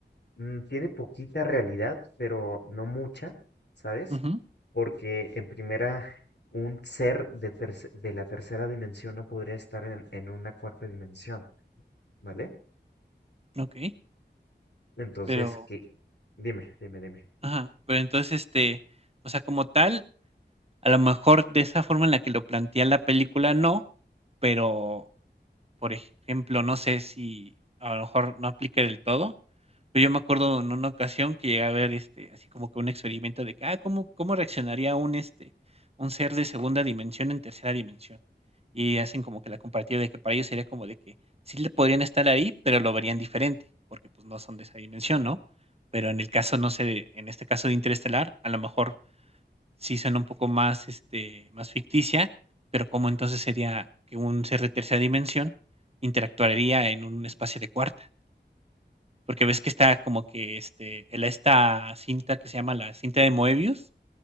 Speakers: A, on the left; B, on the right.
A: mm, tiene poquita realidad, pero no mucha, ¿sabes?
B: ujú,
A: Porque en primera, un ser de, terce- de la tercera dimensión no podría estar en, en una cuarta dimensión, ¿vale?
B: ok.
A: Entonces,
B: Pero,
A: que, dime, dime, dime.
B: ajá, pero entonces este, o sea, como tal, A lo mejor de esa forma en la que lo plantea la película no, pero, por ejemplo, no sé si a lo mejor no aplica del todo, pero yo me acuerdo en una ocasión que llegué a ver este, así como que un experimento de que, ah, ¿cómo, cómo reaccionaría un este, un ser de segunda dimensión en tercera dimensión? Y hacen como que la comparativa de que para ellos sería como de que sí le podrían estar ahí, pero lo verían diferente, porque pues no son de esa dimensión, ¿no? Pero en el caso, no sé, de- en este caso de Interestelar, a lo mejor sí suena un poco más, este, más ficticia, pero cómo entonces sería que un ser de tercera dimensión interactuaría en un espacio de cuarta. Porque ves que está como que este, el- esta cinta que se llama la cinta de Moebius